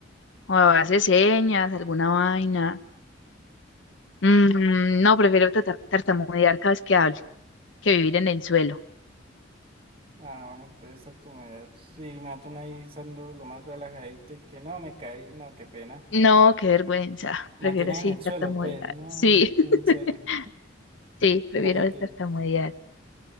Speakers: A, on the left; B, on the right.
A: o hace señas, alguna vaina. Mm, no, prefiero tarta- tartamudear cada vez que hable que vivir en el suelo.
B: Ah, bueno, entonces ser tu mayor Sí, mate ahí saldo lo más relajadito y que no, me caí, no, qué pena.
A: No, qué vergüenza.
B: Mantienes
A: Prefiero sí
B: en el suelo,
A: tartamudear.
B: pues, no,
A: Sí, <laughs>
B: en serio.
A: sí, prefiero
B: Dale tú.
A: tartamudear.